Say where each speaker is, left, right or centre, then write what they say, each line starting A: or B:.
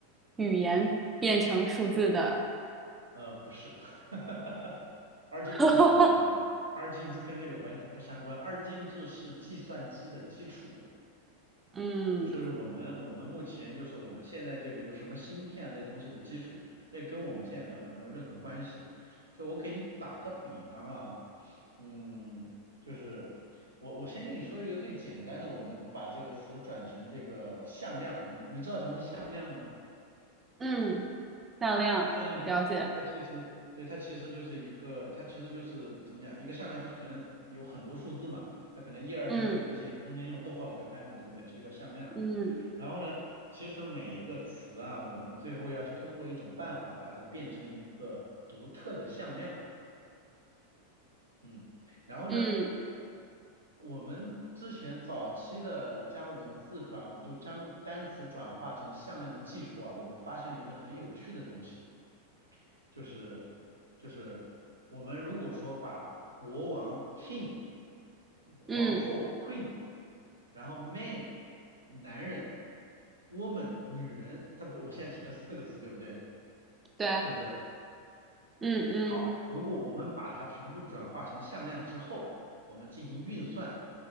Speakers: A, on the right; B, on the right.
A: 语言变成数字的？
B: 呃，不是，<laughs> 二进制是什么东西啊？
A: <laughs>
B: 二进制跟这个完全不相关。二进制是计算机的基础，
A: 嗯
B: 是我们我们目前就是我们现在这个就什么芯片啊这东西的基础，这跟我们现在聊的没有任何关系。就我给你打个比方啊，嗯，就是我我先跟你说一个最简单的，我们把这个词转成这个向量，我们你知道什么是向量吗？
A: 嗯，向量，
B: 项链它它其实对它其实就是一个它其实就是怎么讲一个项链它可能有很多数字嘛，
A: 了解。
B: 它可能一二三四五六七中间用逗号隔开嘛，
A: 嗯
B: 对不对？这个叫向量。
A: 嗯
B: 然后呢，其实每一个词啊，我们最后要通过一种办法把它变成一个独特的向量。嗯，然后呢，
A: 嗯
B: 我们之前早期的将文字转就将单词转化成向量的技术啊，我们发现了一个很有趣的东西。就是就是我们如果说把国王 king、皇后
A: 嗯，
B: queen，然后 man 男人、woman 女人，它不，我现在提了四个词，对不对？
A: 对，
B: 是不是？
A: 嗯嗯，
B: 好，如果我们把它全部转化成向量之后，我们进行运算，